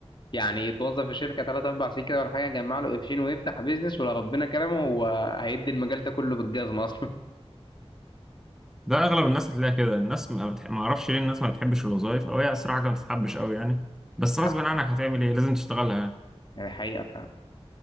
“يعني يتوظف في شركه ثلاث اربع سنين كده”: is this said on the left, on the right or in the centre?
Left